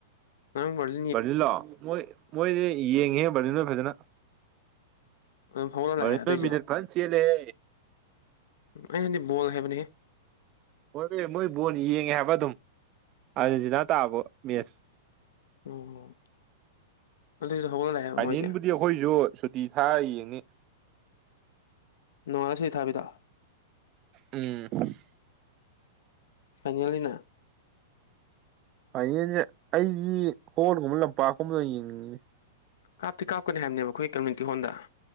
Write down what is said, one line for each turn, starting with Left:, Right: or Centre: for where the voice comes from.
Left: ꯉꯅꯨ ꯃꯔꯤ <unintelligible>
Right: ꯃꯔꯤꯟꯂꯣ ꯃꯣꯏ ꯃꯣꯏꯗꯤ ꯌꯦꯡꯉꯤꯍꯦ ꯚꯔꯅꯤꯜꯍꯣꯏ ꯐꯖꯅ
Left: ꯑꯗꯨꯝ ꯍꯧꯒꯠꯂ
Right: ꯚꯔꯅꯤꯜꯍꯣꯢ
Left: ꯂꯥꯛꯑꯦ ꯑꯗꯨꯏꯁꯨ
Right: ꯃꯤꯅꯠ ꯐꯖꯅ ꯆꯦꯜꯂꯤꯍꯦ
Left: ꯑꯩꯍꯥꯏꯗꯤ ꯕꯣꯜ ꯍꯥꯏꯕꯅꯤꯍꯦ
Right: ꯍꯣꯏꯃꯦ ꯃꯣꯏ ꯕꯣꯟ ꯌꯦꯡꯉꯦ ꯍꯥꯏꯕ ꯑꯗꯨꯝ ꯑꯖꯦꯟꯇꯤꯅ ꯇꯥꯕꯣ ꯃꯦꯁ
Left: ꯑꯣ ꯑꯗꯨꯏꯁꯨ ꯍꯧꯒꯠꯂ ꯂꯥꯛꯑꯦꯕ
Right: ꯐꯥꯏꯅꯦꯜꯕꯨꯗꯤ
Left: ꯃꯣꯏꯁꯦ
Right: ꯑꯩꯈꯣꯏꯁꯨ ꯁꯨꯇꯤ ꯊꯥꯔꯥ ꯌꯦꯡꯅꯤ
Left: ꯅꯣꯉꯥꯟ ꯁꯩꯇꯤꯊꯥꯕꯤꯗꯦ
Right: ꯎꯝ
Left: ꯐꯥꯏꯅꯦꯜꯅꯤꯅ
Right: ꯐꯥꯏꯅꯦꯜꯁꯦ ꯑꯩꯗꯤ ꯍꯣꯜꯒꯨꯝꯕ ꯂꯝꯄꯥꯛꯀꯨꯝꯕꯗ ꯌꯦꯡꯅꯤꯡꯉꯤꯅꯦ
Left: ꯀꯥꯞꯇꯤ ꯀꯥꯞꯀꯅꯤ ꯍꯥꯏꯕꯅꯦꯕ ꯈꯣꯈꯣꯏ ꯀꯝꯃꯨꯅꯤꯇꯤ ꯍꯣꯜꯗ